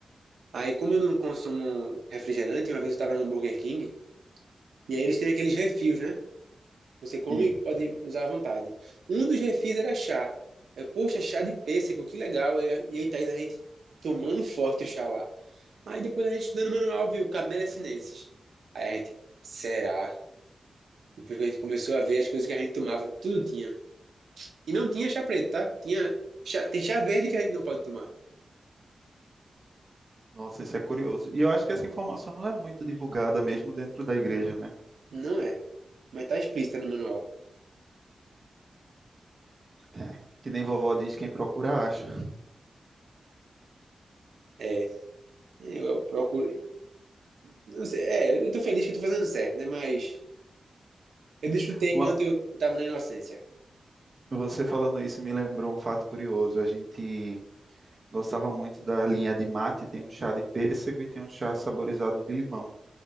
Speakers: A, on the right (about 80°); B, on the right (about 30°).
A: Aí, como eu não consumo refrigerante, uma vez eu estava no Burger King, e aí eles têm aqueles refis, né? Você come
B: Sim.
A: e pode usar à vontade. Um dos refis era chá. Eu, poxa, chá de pêssego, que legal. E aí, e aí, Thaís, a gente tomando forte o chá lá. Aí depois a gente estudando o manual, viu? Camélia sinensis. Aí a gente, será? Depois que a gente começou a ver as coisas que a gente tomava, tudo tinha. E não tinha chá preto, tá? Tinha chá- tem chá verde que a gente não pode tomar.
B: Nossa, isso é curioso. E eu acho que essa informação não é muito divulgada mesmo dentro da igreja, né?
A: Não é, mas tá explícito no manual.
B: É, que nem vovó diz, quem procura acha.
A: É. Eu procuro. não sei, é, eu tô feliz que eu tô fazendo certo, né? Mas eu desfrutei
B: Uma-
A: enquanto eu tava na inocência.
B: Você falando isso me lembrou um fato curioso. A gente gostava muito da linha de mate, tem um chá de pêssego e tem um chá saborizado de limão.